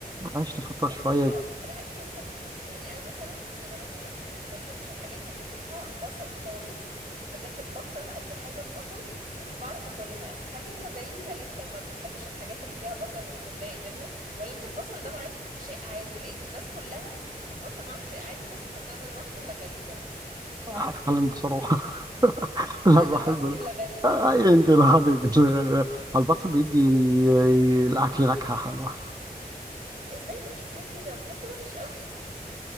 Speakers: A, on the right (about 25°); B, on the right (about 55°).
A: عشت فترة
B: طب
A: شوية
B: ايه اكتر اكل انت بتحبه يعني انا مثلا انا مثلا ما بحبش الحاجات اللي فيها بصل خالص بجد بكره اي حاجه ببصل ومش بعرف اكلها هل انت زيي هل انت ما بتحبش الحاجات اللي فيها بصل وبتتضايق منها ولا انت البصل ده معاك شيء عادي لان الناس كلها البصل معاها شيء عادي وبحس ان انا الوحيده اللي غريبه
A: هتكلم بصراحة <laughs>
B: يبقى
A: لا
B: انا
A: بحب
B: لوحدي اللي
A: ده
B: غريبة
A: آه، أنت لوحدك <laughs> على البصل بيدي الأكل نكهة حلوة
B: ازاي بتشوفوه كده بجد وحش قوي